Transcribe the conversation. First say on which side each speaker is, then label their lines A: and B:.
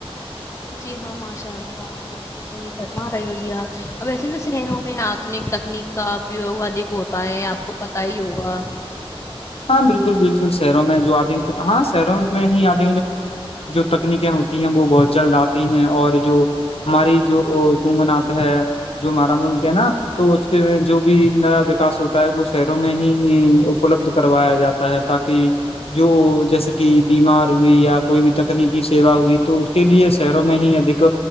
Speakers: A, on the left; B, on the left.
A: جی ہاں ماشاء اللہ بالکل صحیح فم رہ اب ایسے نا شہروں میں آدنک تکنیک کا یوگ ادھک ہوتا ہے آپ کو پتا ہی ہوگا
B: ہاں بالکل بالکل شہروں میں جو آدک ہاں شہروں میں ہی آد تکنیکیں ہوتی ہیں وہ بہت جلد آتی ہیں اور جو ہماری جو حکمنات ہے جو ہمارا ملک ہے نا تو اس کے جو بھی نیا وکاس ہوتا ہے وہ شہروں میں ہی اپلبدھ کروایا جاتا ہے تاکہ جو جیسے کہ بیمار ہوئی یا کوئی بھی تکنیکی سیوا ہوئی تو کے لیے شہروں میں ہی اک